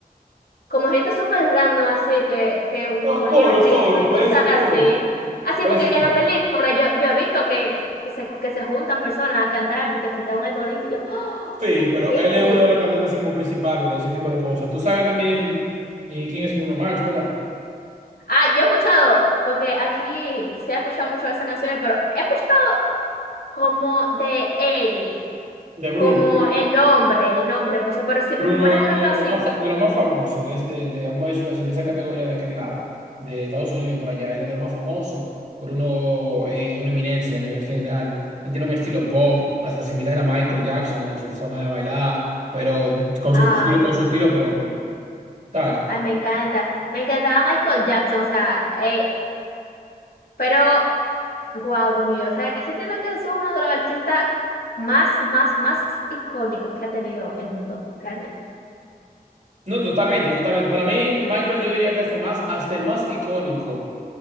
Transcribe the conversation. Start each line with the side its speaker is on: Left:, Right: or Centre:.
Left: como gente súper random así, que, que u-
Right: No,
Left: unía
Right: coros,
Left: ritmo
Right: coros,
Left: y
Right: puede
Left: cosas
Right: ser
Left: así.
Right: coros,
Left: Así,
Right: puede
Left: porque
Right: ser
Left: en
Right: coros.
Left: la película yo, yo he visto que, que, se, que se juntan personas a cantar y que se te un arbolito y yo, ¡oh!
Right: Sí, pero
Left: ¡Qué
Right: él
Left: cool!
Right: es uno de los cantantes así como principales de ese tipo de cosas. Tú sabes también eh, quién es Bruno Mars, ¿verdad?
Left: Ah, yo he escuchado, porque aquí se ha escuchado mucho de esas canciones, pero he escuchado como de él,
Right: De Bruno.
Left: como el nombre, el nombre mucho, pero si me
Right: Bruno
Left: ponen
Right: es
Left: una
Right: uno
Left: canción...
Right: de los más, fa- de los más famosos de, este, de, vamos a decirlo así, de esa categoría de aquel lado, de Estados Unidos para allá. Él es de los más famosos. Bruno eh, es una eminencia a nivel general. Él tiene un estilo pop, hasta similar a Michael Jackson en su forma de bailar, pero con su
Left: Ay,
Right: estilo, con su estilo propio. ¿Sabes?
Left: Ay, me encanta. Me encantaba Michael Jackson, o sea, eh, pero, wow, Dios mío, o sea, es- entiendo que es uno de los artistas más, más, más icónicos que ha tenido el mundo, realmente.
Right: No, totalmente, totalmente. Para mí, Michael, yo diría que hasta más, hasta el más icónico